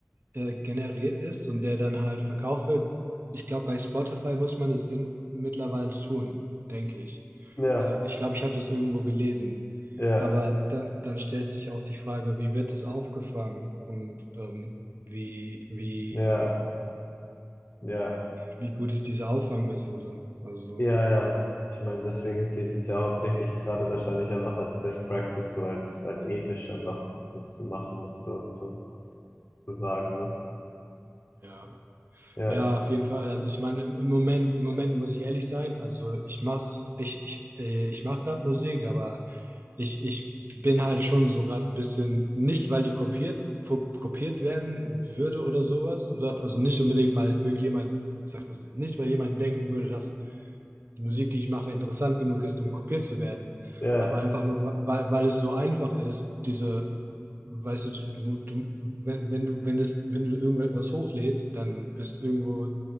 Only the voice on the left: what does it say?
ja,
ja,
ja,
ja.
Ja, ja. Ich meine, deswegen zählt es ja hauptsächlich gerade wahrscheinlich einfach als Best Practice, so als, als ethisch einfach das zu machen, das so zu, zu sagen, ne?
Ja,
ja,